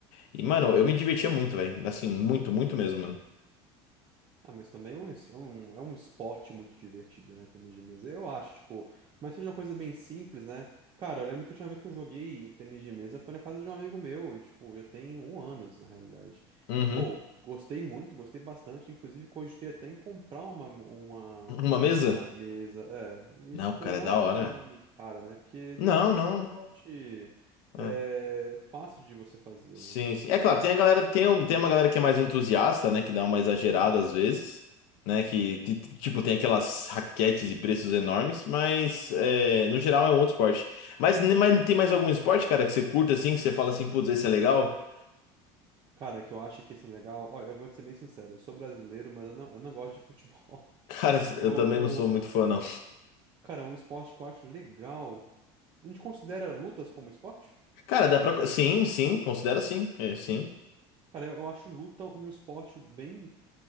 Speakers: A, on the left; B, on the right.
A: E, mano, eu me divertia muito, velho. Assim, muito, muito mesmo, mano.
B: Ah, mas também é um, es- é um, é um esporte muito divertido, né? Tênis de mesa, eu acho, tipo. Mas seja uma coisa bem simples, né? Cara, eu lembro que a última vez que eu joguei tênis de mesa foi na casa de um amigo meu, e, tipo, já tem um ano, na realidade.
A: Uhum.
B: E, pô, gostei muito, gostei bastante. Inclusive, cogitei até em comprar uma, uma,
A: Uma mesa?
B: uma mesa. É,
A: Não,
B: e, tipo,
A: cara,
B: não
A: é da
B: é uma
A: hora.
B: coisa muito cara, né? Porque ele
A: Não,
B: é um esporte
A: não. É.
B: é, fácil de você fazer,
A: Sim,
B: né? Teoricamente.
A: sim. É claro, tem a galera, tem, um- tem uma galera que é mais entusiasta, né? Que dá uma exagerada às vezes, né? Que, ti- ti- tipo, tem aquelas raquetes e preços enormes, mas é, no geral é um outro esporte. Mas, ne- mas tem mais algum esporte, cara, que você curta assim, que você fala assim, putz, esse é legal?
B: Cara, que eu acho que isso é legal. Olha, eu vou te ser bem sincero, eu sou brasileiro, mas eu não, eu não gosto de futebol.
A: <laughs> Cara,
B: <laughs> Eu.
A: eu também não sou muito fã, não.
B: Cara, é um esporte que eu acho legal. A gente considera lutas como esporte?
A: Cara, dá pra. Sim, sim, considera sim. É, sim.
B: Cara, eu, eu acho luta um esporte bem.